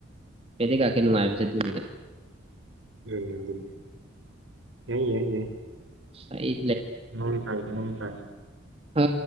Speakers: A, on the right; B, on the right.
A: ꯀꯔꯦꯗꯤꯠ ꯀꯥꯔꯗꯀꯤ ꯅꯨꯡꯉꯥꯏꯕꯁꯦ ꯑꯗꯨꯒꯤꯅꯤꯗ
B: ꯑꯗꯨꯅꯤ ꯑꯗꯨꯅꯤ ꯌꯥꯏ ꯌꯥꯏ ꯌꯥꯏ
A: ꯁꯥꯏ
B: ꯎ ꯐꯥꯏ ꯎꯝ ꯐꯥꯏ
A: ꯑ